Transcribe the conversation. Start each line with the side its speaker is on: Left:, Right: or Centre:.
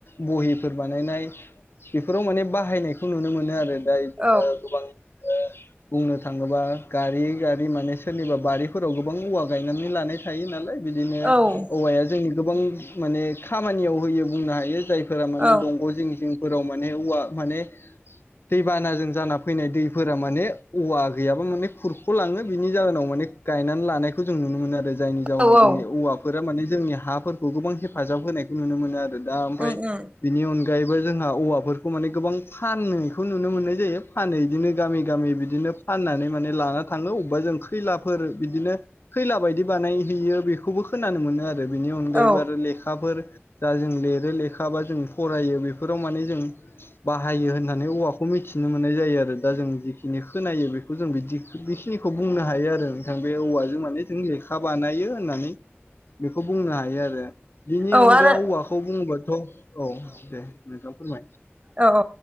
Left: बहिफोर बानायनाय बेफोराव माने बाहायनायखौ नुनो मोनो आरो दा बिदिनो
Right: औ
Left: गोबां ओ बुंनो थांङोबा गारि गारि माने सोरनिबा बारिफोराव गोबां औवा गायनानै लानाय थायो नालाय बिदिनो
Right: औ
Left: औवाया जोंनि गोबां माने खामानियाव होयो बुंनो हायो जायफोरा माने
Right: औ
Left: दंग' जिं जिं फोराव माने औवा माने दै बानाजों जाना फैनाय दैफोरा माने औवा गैयाबा माने खुरख' लाङो बिनि जाहोनाव माने गायनानै लानायखौ जों नुनो मोनो आरो जायनि जाउनाव
Right: औ
Left: जोंनि
Right: औ
Left: औवाफोरा माने जोंनि हाफोरखौ गोबां हेफाजाब होनायखौ नुनो मोनो आरो आरो दा ओमफ्राय
Right: नंगौ नोंथां
Left: बेनि अनगायैबो जोंहा औवाफोरखौ माने गोबां फानखौ नुनो मोननाय जायो फानो बिदिनो गामि गामि बिदिनो फाननानै माने लाना थांङो अबेबा जों खैला फोर बिदिनो खैला बायदि बानायहैयो बेखौबो खोनानो मोनो आरो बिनि अनगायैबो
Right: औ
Left: आरो लेखाफोर दा जों लिरो लेखा बा जों फरायो बेफोराव माने जों बाहायो होननानै औवाखौ मिथिनो मोननाय जायो आरो दा जों जिखिनि खोनायो बे जों बिदि बेखिनिखौ बुंनो हायो आरो नोंथां बे औवाजों माने जों लेखा बानायो होननानै बेखौ बुंनो हायो आरो बेनि
Right: औ
Left: अनगा
Right: आरो
Left: औवाखौ बुंङोबाथ' औ दे नोंथां फोरमाय
Right: औ औ